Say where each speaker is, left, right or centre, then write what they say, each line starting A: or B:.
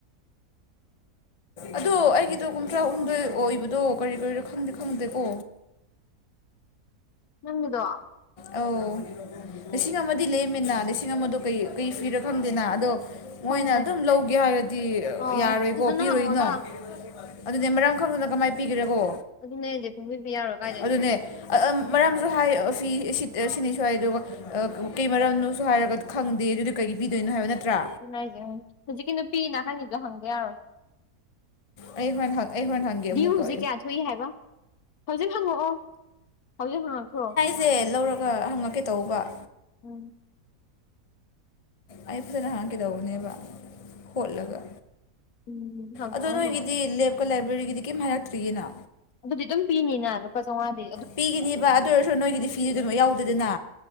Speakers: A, on the left; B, on the left.
A: ꯑꯗꯣ ꯑꯩꯒꯤꯗꯣ ꯀꯨꯟꯊ꯭ꯔꯥꯍꯨꯝꯗꯣꯏ ꯑꯣꯏꯕꯗꯣ ꯀꯔꯤ ꯀꯔꯤꯔꯣ ꯈꯪꯗꯤ ꯈꯪꯗꯦꯀꯣ
B: ꯅꯪꯒꯤꯗꯣ
A: ꯑꯧ ꯂꯤꯁꯤꯡ ꯑꯃꯗꯤ ꯂꯦꯝꯃꯤꯅ ꯂꯤꯁꯤꯡ ꯑꯃꯗꯣ ꯀꯩ ꯀꯩ ꯐꯤꯔ ꯈꯪꯗꯦꯅ ꯑꯗꯣ ꯃꯣꯏꯅ
B: ꯈꯪꯗꯦ
A: ꯑꯗꯨꯝ ꯂꯧꯒꯦ ꯍꯥꯏꯔꯗꯤ
B: ꯑꯥ
A: ꯌꯥꯔꯣꯏꯀꯣ
B: ꯐꯖꯅ
A: ꯄꯤꯔꯣꯏꯅꯣ
B: ꯍꯪꯉꯣꯗ
A: ꯑꯗꯨꯅꯦ ꯃꯔꯝ ꯈꯪꯗꯅ ꯀꯃꯥꯏꯅ ꯄꯤꯒꯦꯔꯀꯣ
B: ꯑꯗꯨꯅꯦ ꯑꯩꯁꯦ ꯐꯨꯡꯕꯤꯕꯤ ꯌꯥꯔꯣꯏ ꯀꯥꯏꯗꯩꯅꯣ
A: ꯑꯗꯨꯅꯦ ꯃꯔꯝꯁꯨ ꯍꯥꯏ ꯐꯤ ꯑꯦ ꯁꯤ ꯁꯤꯅꯤꯁꯨ ꯍꯥꯏ ꯑꯗꯨꯒ ꯀꯩ ꯃꯔꯝꯅꯣꯁꯨ ꯍꯥꯏꯔꯒ ꯈꯪꯗꯦ ꯑꯗꯨꯗꯤ ꯀꯩꯒꯤ ꯄꯤꯗꯣꯏꯅꯣ ꯍꯥꯏꯕ ꯅꯠꯇ꯭ꯔꯥ
B: ꯑꯗꯨꯅꯦ ꯍꯥꯏꯁꯦ ꯎꯝ ꯍꯧꯖꯤꯛꯀꯤ ꯅꯨꯄꯤ ꯅꯥꯀꯟꯒꯤ ꯍꯪꯗ ꯌꯥꯔꯣꯏ
A: ꯑꯩ ꯍꯣꯔꯦꯟ ꯑꯩ ꯍꯣꯔꯦꯟ ꯍꯪꯒꯦ
B: ꯗ꯭ꯌꯨꯖꯦ
A: ꯑꯃꯨꯛꯀ
B: ꯀꯌꯥ ꯊꯣꯛꯏ ꯍꯥꯏꯕ ꯍꯧꯖꯤꯛ ꯍꯪꯉꯛꯑꯣ ꯍꯧꯖꯤꯛ ꯍꯪꯉꯛꯈꯔꯣ
A: ꯁꯦ ꯂꯧꯔꯒ ꯍꯪꯉꯛꯀꯦ ꯇꯧꯕ
B: ꯎꯝ
A: ꯑꯩ ꯐꯖꯅ ꯍꯥꯡꯀꯦ ꯗꯧꯕꯅꯦꯕ ꯍꯣꯠꯂꯒ
B: ꯎꯝ ꯍꯪꯉꯛꯑꯣ
A: ꯑꯗꯣ ꯅꯣꯏꯒꯤꯗꯤ
B: ꯍꯪꯉꯛꯑꯣ
A: ꯂꯦꯞꯀ ꯂꯥꯏꯕ꯭ꯔꯦꯔꯤꯒꯗꯤ ꯀꯩꯝ ꯍꯥꯏꯔꯛꯇ꯭ꯔꯤꯒꯤꯅꯥ
B: ꯑꯗꯨꯗꯤ ꯑꯗꯨꯝ ꯄꯤꯅꯤꯅ ꯂꯨꯄꯥ ꯆꯥꯝꯉꯥꯗꯤ
A: ꯄꯤꯒꯅꯤꯕ ꯑꯗꯨ ꯑꯣꯏꯔꯁꯨ ꯅꯣꯏꯒꯤꯗꯤ ꯐꯤꯁꯨ ꯑꯗꯨꯝꯃ ꯌꯥꯎꯗꯦꯗꯅ